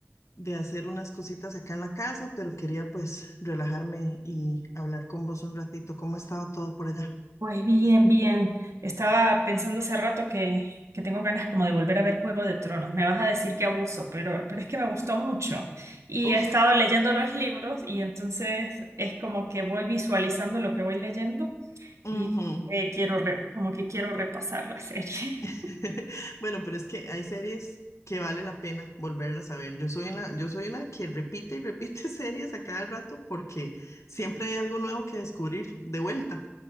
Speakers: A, on the left; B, on the right.
A: de hacer unas cositas acá en la casa, pero quería pues relajarme y hablar con vos un ratito. ¿Cómo ha estado todo por allá?
B: Pues bien, bien. Estaba pensando hace rato que, que tengo ganas como de volver a ver Juego de Tronos. Me vas a decir que abuso, pero, pero es que me gustó mucho. Y
A: Uf,
B: he estado leyendo los libros y entonces es como que voy visualizando lo que voy leyendo
A: ujú.
B: y eh, quiero re- como que quiero repasar la serie.
A: <laughs> Bueno, pero es que hay series que vale la pena volverlas a ver. Yo soy una, yo soy una que repite y repite <laughs> series a cada rato porque siempre hay algo nuevo que descubrir de vuelta.